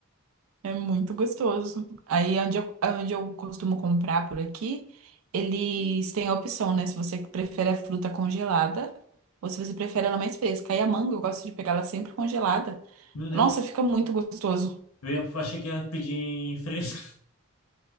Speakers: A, on the right; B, on the left.
A: É muito gostoso. Aí onde eu, onde eu costumo comprar por aqui, eles têm a opção, né? Se você prefere a fruta congelada ou se você prefere ela mais fresca. Aí a manga, eu gosto de pegar ela sempre congelada.
B: Meu Deus,
A: Nossa, fica muito gostoso.
B: eu ia, achei que ia pedir fresco.